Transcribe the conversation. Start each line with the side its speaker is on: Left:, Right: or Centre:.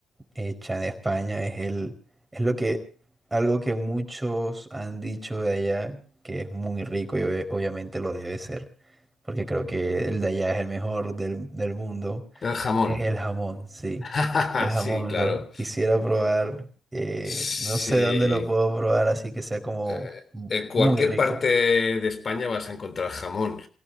Right: hecha en España, es el, es lo que, algo que muchos han dicho de allá, que es muy rico y obvia- obviamente lo debe ser, porque creo que el de allá es el mejor del, del mundo,
Left: El jamón.
Right: es el jamón, sí.
Left: <laughs>
Right: El jamón
Left: Sí, claro.
Right: lo quisiera probar, eh,
Left: Sí.
Right: no sé dónde lo puedo probar, así que sea como
Left: Eh,
Right: mu-
Left: en cualquier
Right: muy rico.
Left: parte de España vas a encontrar jamón.